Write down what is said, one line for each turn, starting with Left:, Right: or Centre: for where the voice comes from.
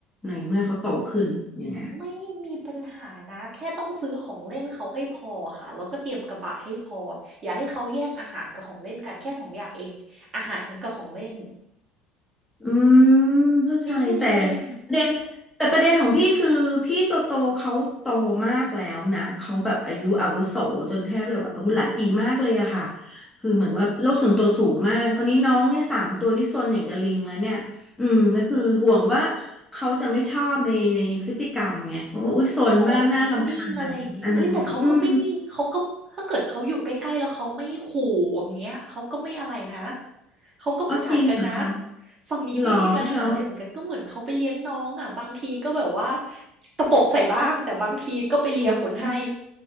Centre: ในเมื่อเขาโตขึ้นอย่างเงี้ย
Right: ไม่มีปัญหานะแค่ต้องซื้อของเล่นเขาให้พอค่ะแล้วก็เตรียมกระบะให้พออย่าให้เขาแย่งอาหารกับของเล่นกันแค่สองอย่างเองอาหารกับของเล่น
Centre: อืมเข้าใจแต่
Right: มีแค่นี้เอง
Centre: ประเด็นแต่ประเด็นของพี่คือพี่โตโตเขาโตมากแล้วนะเขาแบบอายุอาวุโสจนแทบจะแบบโอายุหลายปีมากเลยอะค่ะคือเหมือนว่าโลกส่วนตัวสูงมากคราวนี้น้องเนี่ยสามตัวนี่ซนอย่างกับลิงแล้วเนี่ยอืมก็คือห่วงว่าเขาจะไม่ชอบในในพฤติกรรมไงเพราะว่าอุ้ยซนมากน่ารำคาญอนอยอืม
Right: อ๋อแบบนิ่งๆอะไรอย่างงี้เอ้ยแต่เขาก็ไม่นี่เขาก็ถ้าเกิดเขาอยู่ใกล้ๆแล้วเขาไม่ขู่อย่างเงี้ยเขาก็ไม่อะไรนะเขาก็ไม่กัดกันนะ
Centre: อ๋อจริงเหรอคะ
Right: ฝั่งนี้ไม่มีปัญหาเลยเหมือนกันก็เหมือนเขาไปเลี้ยงน้องอ่ะบางทีก็แบบว่า
Centre: หรอเหรอ
Right: ตะปบใส่บ้างแต่บางทีก็ไปเลียขนให้
Centre: อ๋อ